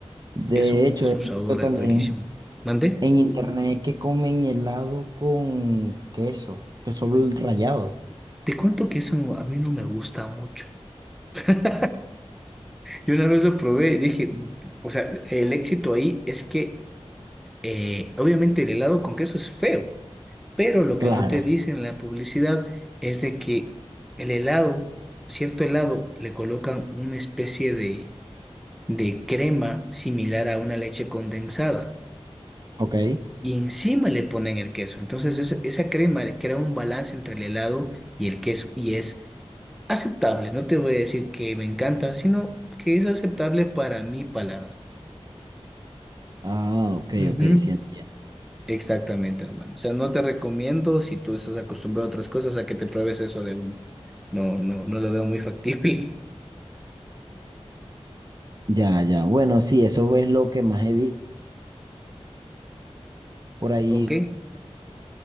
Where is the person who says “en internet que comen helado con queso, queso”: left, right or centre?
Right